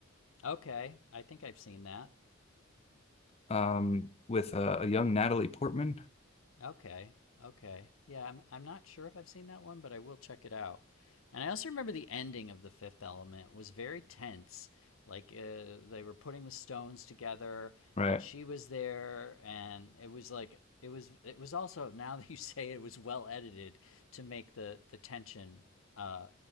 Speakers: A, on the left; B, on the left.
A: Okay, I think I've seen that.
B: um, with uh, a young Natalie Portman,
A: Okay. Okay. Yeah, I'm I'm not sure if I've seen that one, but I will check it out. And I also remember the ending of The Fifth Element was very tense. Like uh, they were putting the stones together
B: right?
A: and she was there and it was like it was it was also <laughs> now that you say it, it was well edited to make the the tension uh